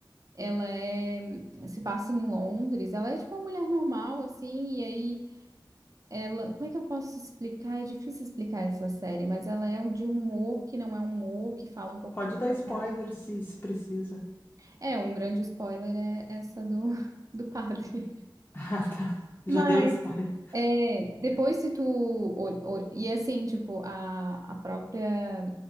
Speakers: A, on the right; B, on the left.
A: Ela é, se passa em Londres. Ela é tipo uma mulher normal, assim. E aí, ela, como é que eu posso explicar? É difícil explicar essa série, mas ela é um, de um humor que não é um humor, que fala um pouco
B: Pode
A: de. vida
B: dar spoiler
A: real.
B: se, se precisa. <laughs>
A: É, um grande spoiler é essa do, <laughs> do padre.
B: Ah, tá. Já
A: Mas
B: deu spoiler.
A: É, depois se tu. ol- ol- E assim, tipo, a, a própria